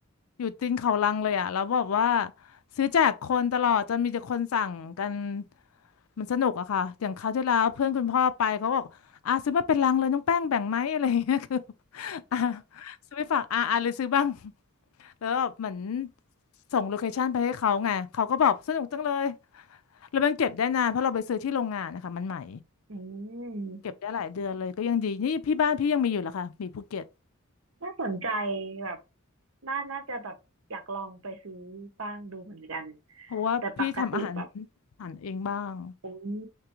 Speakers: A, on the left; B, on the right.
A: อยู่ตีนเขาลังเลยอ่ะแล้วบอกว่าซื้อแจกคนตลอดจนมีแต่คนสั่งกันมันสนุกอะค่ะ อย่างคราวที่แล้วเพื่อนคุณพ่อไปเขาบอกอ่ะซื้อมาเป็นลังเลยน้องแป้งแบ่งไหม <laughs> อะไรอย่างเงี้ยคืออ่ะซื้อไปฝากอ่ะอ่ะเลยซื้อบ้างแล้วแบบเหมือนส่งโลเคชั่นไปให้เขาไงเขาก็บอกสนุกจังเลยแล้วมันเก็บได้นานเพราะเราไปซื้อที่โรงงานนะคะมันใหม่
B: อืม
A: เก็บได้หลายเดือนเลยก็ยังดีนี่พี่บ้านพี่ยังมีอยู่เหรอคะมีภูเก็ต
B: น่าสนใจแบบน่าน่าจะแบบอยากลองไปซื้อบ้างดูเหมือนกัน
A: เพราะว่าพี่ทำอาหาร
B: แต่ปกติแบบ
A: อาหารเองบ้าง
B: อืม